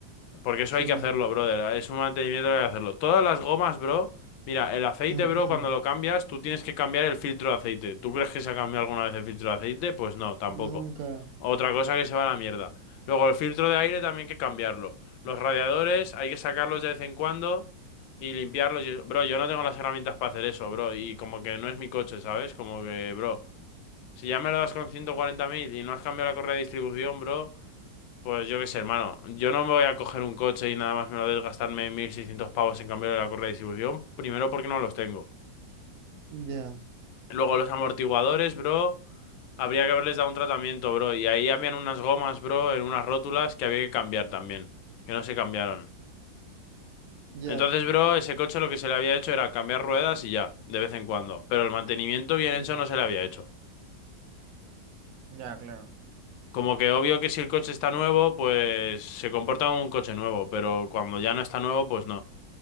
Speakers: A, on the left; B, on the right.
A: Porque eso
B: sí.
A: hay que hacerlo, brother. Es un mantenimiento que hay que hacerlo. Todas las gomas, bro. Mira, el aceite,
B: ujú,
A: bro, cuando lo cambias, tú tienes que cambiar el filtro de aceite. ¿Tú crees que se ha cambiado alguna vez el filtro de aceite? Pues no, tampoco.
B: Nunca.
A: Otra cosa que se va a la mierda. Luego, el filtro de aire también hay que cambiarlo. Los radiadores hay que sacarlos de vez en cuando y limpiarlos. y- Bro, yo no tengo las herramientas para hacer eso, bro. Y como que no es mi coche, ¿sabes? Como que, bro, si ya me lo das con 140.000 y no has cambiado la correa de distribución, bro. Pues yo qué sé, hermano. Yo no me voy a coger un coche y nada más me lo de gastarme 1.600 pavos en cambiar la correa de distribución. Primero porque no los tengo.
B: Ya,
A: Luego los amortiguadores, bro. Habría que haberles dado un tratamiento, bro. Y ahí habían unas gomas, bro, en unas rótulas que había que cambiar también. Que no se cambiaron.
B: ya.
A: Entonces, bro, ese coche lo que se le había hecho era cambiar ruedas y ya, de vez en cuando. Pero el mantenimiento bien
B: Sí,
A: hecho no se le había hecho.
B: ya, claro.
A: Como que obvio que si el coche está nuevo, pues se comporta como un coche nuevo. Pero cuando ya no está nuevo, pues no.